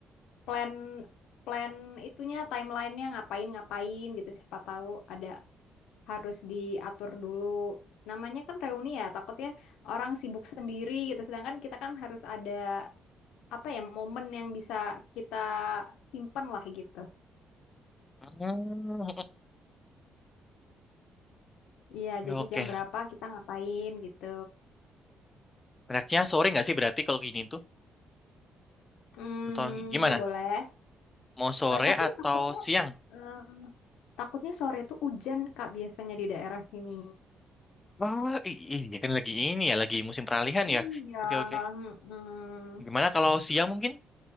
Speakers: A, on the left; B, on the left.
A: plan plan itunya, timelinenya ngapain-ngapain gitu. Siapa tahu ada harus diatur dulu. Namanya kan reuni ya, takutnya orang sibuk sendiri gitu. Sedangkan kita kan harus ada apa ya momen yang bisa kita simpen lah gitu.
B: Hmm.
A: Iya,
B: <laughs>
A: jadi
B: Oke.
A: jam berapa kita ngapain gitu.
B: Enaknya sore nggak sih berarti kalau gini tuh?
A: Hmm,
B: Atau gimana?
A: boleh.
B: Mau sore
A: Eh, tapi
B: atau
A: takutnya
B: siang?
A: eh, takutnya sore tuh hujan Kak biasanya di daerah sini.
B: Wah, i- iya kan lagi ini ya, lagi musim peralihan
A: Iya,
B: ya. Oke, oke.
A: mm-mm.
B: Gimana kalau siang mungkin?